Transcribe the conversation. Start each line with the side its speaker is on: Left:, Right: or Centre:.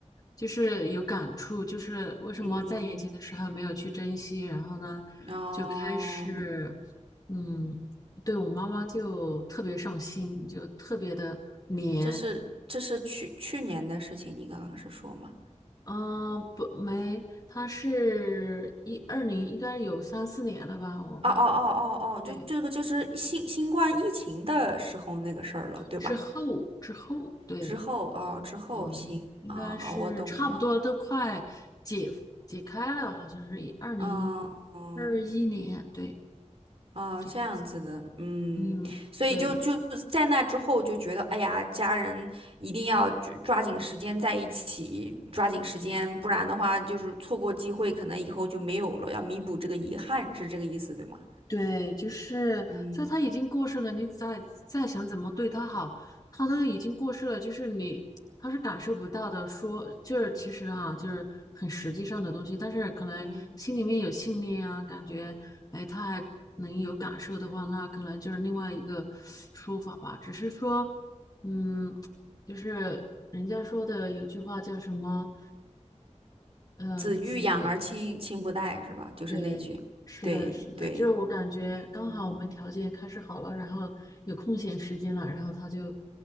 Left: 就是有感触，就是为什么在眼前的时候没有去珍惜，
Right: 嗯，
Left: 然后呢，
Right: 哦，
Left: 就开始，嗯，对我妈妈就特别上心，就特别的黏。
Right: 这是这是去去年的事情，你刚刚是说吗？
Left: 嗯，不，没，他是一二零，应该有三四年了吧，我吧，
Right: 哦哦哦哦哦，
Left: 对，
Right: 就这个就是新新冠疫情的时候那个事儿了，对吧？
Left: 之后之后，对，
Right: 之后哦，之后行啊，
Left: 嗯，应该是差不多都快解解开了，
Right: 好，我懂了，
Left: 好像是二零
Right: 嗯
Left: 二一年，对，
Right: 哦，
Left: 这样子，
Right: 这样子的，嗯，
Left: 嗯，
Right: 所以就就在那之后就觉得，
Left: 对，
Right: 哎呀，家人一定要抓抓紧时间在一起，抓紧时间，
Left: 对，
Right: 不然的话就是错过机会，可能以后就没有了，要弥补这个遗憾，是这个意思，对吗？
Left: 对，就是在他已经过世了，
Right: 嗯
Left: 你再再想怎么对他好，他都已经过世了，就是你他是感受不到的。说就是其实哈、就是很实际上的东西，但是可能心里面有信念啊，
Right: 嗯，
Left: 感觉哎他还能有感受的话，那可能就是另外一个说法吧。只是说，嗯，就是人家说的有句话叫什么，呃，
Right: 子欲养而亲亲不待是吧？
Left: 子
Right: 就是那句，
Left: 对，是的，
Right: 对对，
Left: 是的，就是我感觉刚好我们条件开始好了，
Right: 嗯
Left: 然后有空闲时间了，然后他就